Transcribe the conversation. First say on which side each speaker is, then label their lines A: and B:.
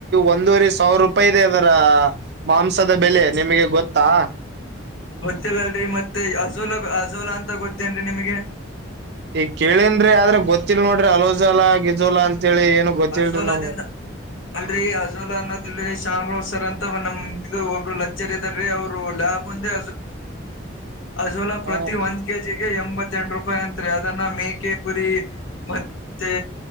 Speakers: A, on the right; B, on the left.
A: ಒಂದೂರೆ ಸಾವಿರ ರೂ ಪಾಯಿ ಇದೆ ಅದರ ಮಾಂಸದ ಬೆಲೆ ನಿಮಗೆ ಗೊತ್ತಾ
B: ಗೊತ್ತಿಲ್ಲಲ್ರರಿ ಮತ್ತೆ ಅಜೋಲಾ ಅಜೋಲಾ ಅಂತ ಗೊತ್ತೇನ್ರರಿ ನಿಮ್ಗೆ
A: ಈಗ ಕೇಳನ್ರಿ ಆದ್ರೆ ಗೊತ್ತಿಲ್ಲಲ್ ನೋಡ್ರಿ ಅಲೋಜೋಲಾ ಗಿಜೋಲಾ ಅಂತೇಳಿ ಏನು ಗೊತ್ತಿಲ್ರಿ
B: ಅಸೋಲಾದಿಂದ
A: ನಮ್ಗ
B: ಅಲ್ರೀ ಅಜೋಲಾ ಅನ್ನೋದಲ್ರಿ ಶಾಮರಾವ್ ಸರ್ ಅಂತ ನಮ ಇದು ಒಬ್ರು ಲಚರ ಇದ್ದಾರಿ ಅವ್ರು ಲ್ಯಾಬ್ ಒಂದೆ ಅಜೋಲಾ ಪ್ರತಿ
A: ಹ
B: ಒಂದ ಕೆ ಜಿಗೆ ಎಂಬತ್ತೆಂಟು ರೂಪಾಯಿ ಅಂತ್ರಿ ಅದನ್ನ ಮೇಕೆ ಕುರಿ ಮತ್ತೆ